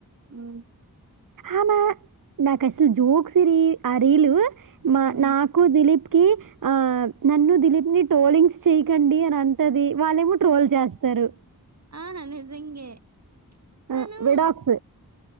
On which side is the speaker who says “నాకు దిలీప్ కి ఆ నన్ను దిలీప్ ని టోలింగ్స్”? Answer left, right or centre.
Right